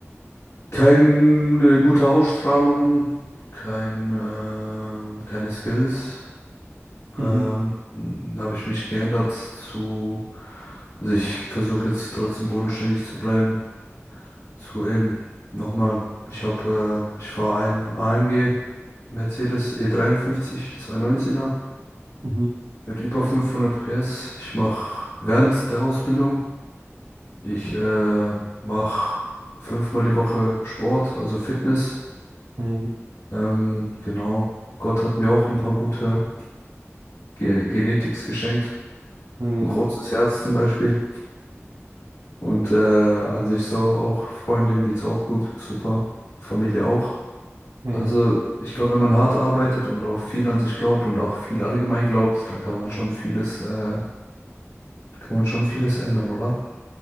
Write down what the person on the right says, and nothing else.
Mhm,
mhm,
mhm,
mhm,
mhm.